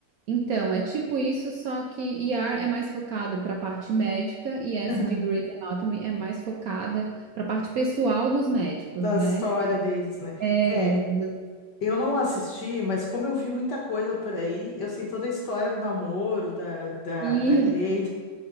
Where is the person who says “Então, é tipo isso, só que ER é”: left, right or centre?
Right